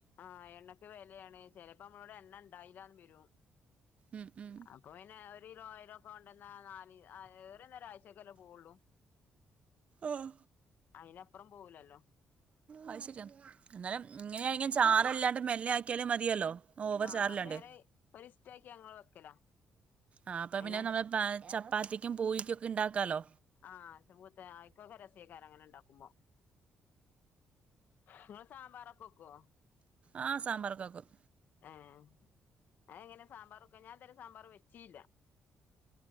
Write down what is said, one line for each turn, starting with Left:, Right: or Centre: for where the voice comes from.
Left: ആഹ് എണ്ണയ്ക്ക് വിലയാണ് ചിലപ്പോ നമ്മളോടെ എണ്ണ ഉണ്ടായില്ലാന്ന് വരും
Right: ഉം ഉം
Left: അപ്പൊ പിന്നെ ഒരു കിലോ ആയിരം ഒക്കെ കൊണ്ടന്നാ നാല് <unintelligible> ഒരാഴ്ചയക്കെല്ലേ പോവുള്ളൂ
Right: ആഹ്
Left: അതിനപ്പുറം പോകൂലല്ലോ
Right: അത് ശെരിയാ എന്നാലും ഇങ്ങനെയണങ്കി ചാറില്ലാണ്ട് മെല്ലെ ആക്കിയാലും മതിയല്ലോ ഓവർ
Left: ആഹ്
Right: ചാറില്ലാണ്ട്
Left: അപ്പൊ ഞാന് ഒരിസ്റ്റാക്കി ഞങ്ങള് വെക്കലാ
Right: ആഹ് അപ്പൊ
Left: അയിന്
Right: പിന്നെ നമ്മള് ചപ്പാത്തിക്കും പൂരിക്കുമൊക്കെ ഉണ്ടാക്കാലോ
Left: ആഹ് ച മൂത്ത ആയിക്കൊക്കെ രസക്കാര് അങ്ങനെ ഉണ്ടാക്കുമ്പോ നിങ്ങള് സാമ്പറൊക്കെ വെക്കുവോ
Right: ആഹ് സാമ്പറൊക്കെ വെക്കും
Left: ആഹ് അത് എങ്ങനെയാ സാമ്പാറ് ഒക്കെ ഞാൻ എന്തായാലും സാമ്പാറ് വെച്ചേയില്ല